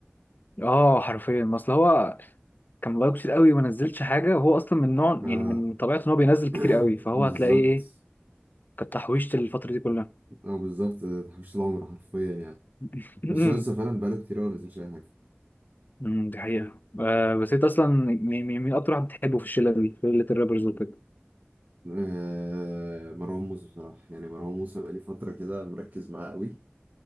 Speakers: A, on the left (about 50°); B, on the right (about 50°).
A: <laughs> اه حرفيا ما اصل هو كان لايك كتير قوي وما نزلش حاجه هو اصلا من نوع
B: <laughs>
A: يعني
B: اه
A: من طبيعته ان هو بينزل كتير
B: <clears throat>
A: قوي
B: <coughs>
A: فهو
B: بالظبط
A: هتلاقيه ايه كانت تحويشه الفتره دي كلها
B: اه بالظبط تحويشة العمر حرفيا يعني
A: <clears throat>
B: بس هو لسه فعلا
A: <laughs>
B: بقاله كتير أوي ما نزلش أي حاجة
A: أمم، دي حقيقه آه بس انت اصلا مين مين مين اكتر واحد بتحبه في الشله دي في شله الرابرز وكده
B: آه مروان موسى بصراحة يعني مروان موسى بقالي فترة كده مركز معاه قوي